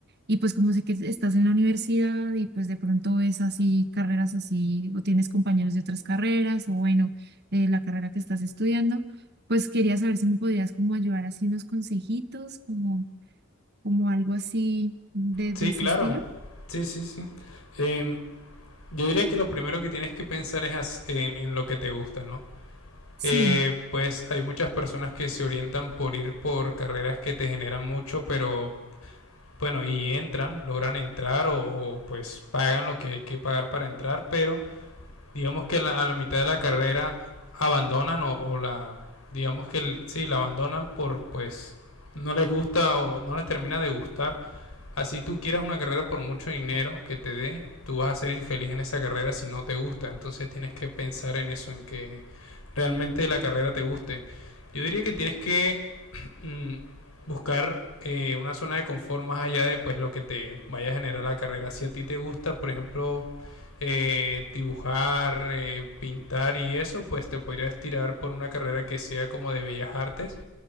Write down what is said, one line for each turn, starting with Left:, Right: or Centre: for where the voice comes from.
Right: y pues como sé que estás en la universidad y pues de pronto ves así carreras así o tienes compañeros de otras carreras o bueno, eh, la carrera que estás estudiando, pues quería saber si me podías como ayudar así unos consejitos, como, como algo así de,
Left: Sí,
Right: de ese
Left: claro,
Right: estilo.
Left: sí, sí, sí. Em, yo diría que lo primero que tienes que pensar es as- en, en lo que te gusta, ¿no?
Right: Sí,
Left: Eh, pues hay muchas personas que se orientan por ir por carreras que te generan mucho, pero bueno, y entran, logran entrar o, o, pues pagan lo que hay que pagar para entrar, pero digamos que la- a la mitad de la carrera abandonan o, o la digamos que el- sí la abandonan por pues no les gusta o no les termina de gustar así tú quieras una carrera por mucho dinero que te dé tú vas a ser infeliz en esa carrera si no te gusta entonces tienes que pensar en eso en que realmente la carrera te guste yo diría que tienes que <clears throat> mm, buscar eh, una zona de confort más allá de pues lo que te vaya a generar la carrera si a ti te gusta por ejemplo eh, dibujar, eh, pintar y eso, pues te podrías tirar por una carrera que sea como de bellas artes.